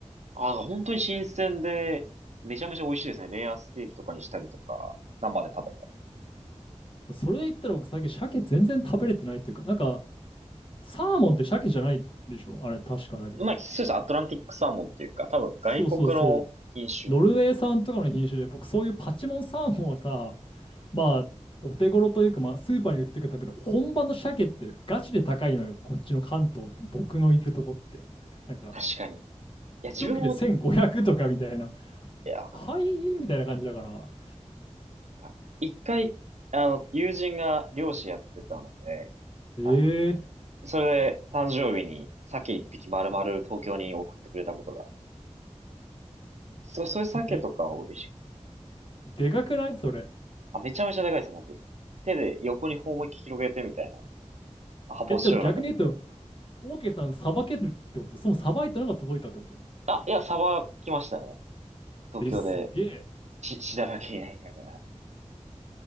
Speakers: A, on the right; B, on the left.
A: あ、本当に新鮮で、めちゃめちゃ美味しいですね。レアステーキとかにしたりとか、生で食べた
B: それで言ったら僕最近鮭全然食べれてないっていうか、なんか、サーモンって鮭じゃないでしょあれ、確かだけど。
A: り。まあ、そうです。アトランティックサーモンっていうか、多分外国の品種。
B: そうそうそう。ノルウェー産とかの品種で、僕そういうパチモンサーモンはさ、まあ、お手頃というか、まあ、スーパーに売ってるための本場の鮭ってガチで高いのよ、こっちの関東、僕のいるとこって。なんか、
A: 確かに。いや、
B: 一切れええ1500とかみたいな、
A: 自分も、いや、わかる
B: はいみたいな感じだから。
A: なんか一回、あの、友人が漁師やってたので、
B: え
A: あの、それで誕生日に鮭一匹丸々東京に送ってくれたことが。そう、そういう鮭とか美味しい。
B: ええ、でかくないそれ。
A: あ、めちゃめちゃでかいです、本当に。手で横に頬思いっきり広げてみたいな。発泡スチロールの中で
B: えっと、逆に言うと、オーケーさん、さばけるってことそのさばいたのが届いたってこと
A: あ、いや、サバ来ましたね。東京で、
B: え、すげえ。
A: し、しだらけになりながら。